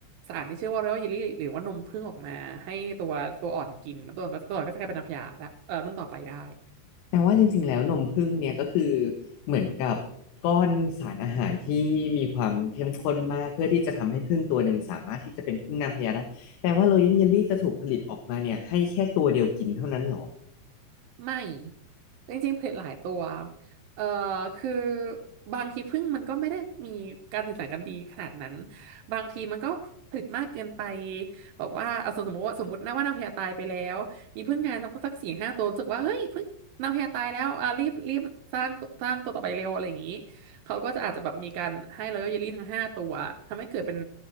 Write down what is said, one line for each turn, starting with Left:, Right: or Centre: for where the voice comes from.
Right: สารที่ชื่อว่า Royal Jelly หรือว่านมผึ้งออกมาให้ตัวตัวอ่อนกินแล้วตัวอ่อนก็ตัวอ่อนก็จะกลายเป็นนางพญาได้เอ่อรุ่นต่อไปได้
Left: แต่ว่าจริงๆแล้วนมผึ้งเนี่ยก็คือเหมือนกับก้อนสารอาหารที่มีความเข้มข้นมากเพื่อที่จะทำให้ผึ้งตัวหนึ่งสามารถที่จะเป็นผึ้งนางพญาได้แปลว่าโรยัลเยลลี่จะถูกผลิตออกมาเนี่ยให้แค่ตัวเดียวกินเท่านั้นเหรอ
Right: ไม่จริงๆเล็ดหลายตัวเอ่อคือบางทีพึ่งมันก็ไม่ได้มีการสื่อสารกันดีขนาดนั้นบางทีมันก็ผลิตมากเกินไปแบบว่าเอาสมมติว่าสมมตินะว่านางพญาตายไปแล้วมีพึ่งงานสักสี่ห้าตัวรู้สึกว่าเฮ้ยพึ่งนางพญาตายแล้วอ่ะรีบรีบสร้างตัวสร้างตัวต่อไปเร็วอะไรอย่างนี้เขาก็จะอาจจะแบบมีการให้รอยัลเยลลี่ทั้งห้าตัวทำให้เกิดเป็น